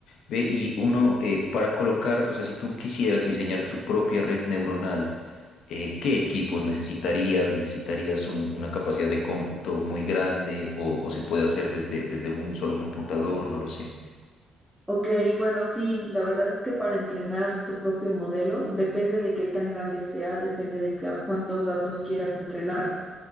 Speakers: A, on the left (about 75°); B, in the centre.
A: Ve, y uno, eh, para colocar, o sea, si tú quisieras diseñar tu propia red neuronal, eh, ¿qué equipos necesitarías? ¿Necesitarías un- una capacidad de cómputo muy grande o, o se puede hacer desde, desde un solo computador? No lo sé.
B: Ok, bueno, sí, la verdad es que para entrenar tu propio modelo depende de qué tan grande sea, depende de ca- cuántos datos quieras entrenar,